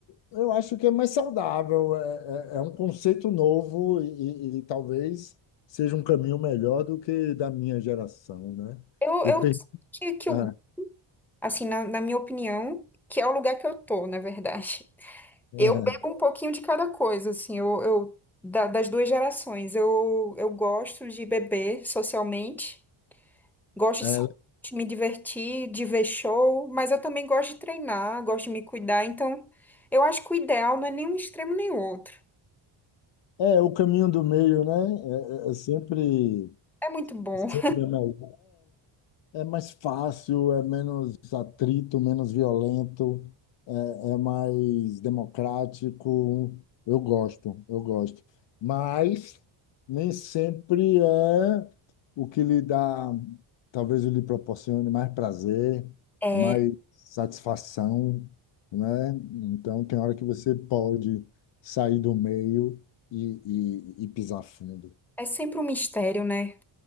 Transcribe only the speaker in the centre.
Eu,
eu
que, que eu,
assim, na, na minha opinião, que é o lugar que eu tô, na verdade.
Eu bebo um pouquinho de cada coisa, assim, eu, eu da- das duas gerações. Eu, eu gosto de beber socialmente. Gosto
de sair, de me divertir, de ver show, mas eu também gosto de treinar, gosto de me cuidar. Então, eu acho que o ideal não é nem um extremo nem o outro.
É muito bom.
<laughs>
É,
é sempre um mistério, né?